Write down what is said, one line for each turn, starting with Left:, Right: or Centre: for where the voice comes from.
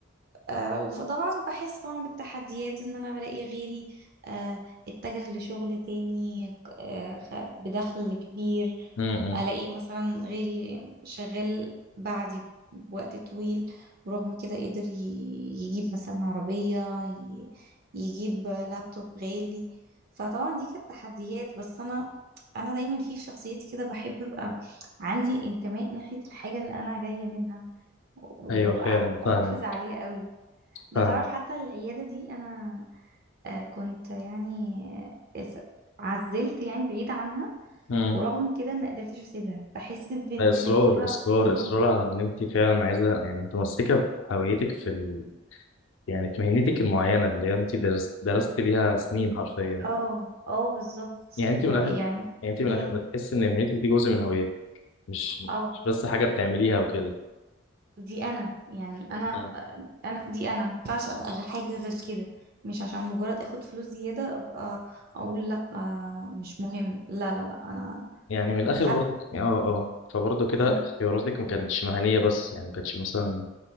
Right: أه وطبعا بحس طبعا بالتحديات ان انا بلاقي غيري أه اتجه لشغل تاني أه خ- بدخل كبير
Left: امم
Right: الاقي مثلا غيري شغال بعدي بوقت طويل ورغم كده قدر ي- يجيب مثلا عربية ي- يجيب لابتوب غالي فطبعا دي كانت تحديات بس انا انا دايما في شخصيتي كده بحب ابقى عندي انتماء ناحية الحاجة اللي انا جاية منها وببقى
Left: ايوه فعلا
Right: بحافظ
Left: فاهمك
Right: عليها قوي ده
Left: فاهمك
Right: تعرف حتى العيادة دي انا آه، كنت يعني آه، عزلت يعني بعيد عنها
Left: امم
Right: ورغم كده ما قدرتش اسيبها بحس بانتماء
Left: اصرار
Right: ليها
Left: اصرار
Right: رهيب
Left: اصرار على ان انت فعلا عايزه يعني متمسكه بهويتك في ال... يعني في مهنتك المعينه اللي انت درست درست ليها سنين حرفيا
Right: اه اه بالظبط
Left: يعني انت
Right: ور-
Left: من الاخر
Right: يعني
Left: يعني انت من الاخر
Right: امم
Left: بتحس ان مهنتك دي جزء من هويتك مش
Right: اه
Left: مش بس حاجه بتعمليها وكده
Right: دي انا يعني انا
Left: مم.
Right: آه، انا دي انا ما ينفعش ابقى غ- حاجه غير كده مش عشان مجرد اخد فلوس زياده ابقى اقول لا آه، مش مهم لا لا لا انا
Left: يعني من الاخر
Right: حتى
Left: برضو اه اه فبرضو كده
Right: مم.
Left: اختياراتك ما كانتش مهنيه بس يعني ما كانتش مثلا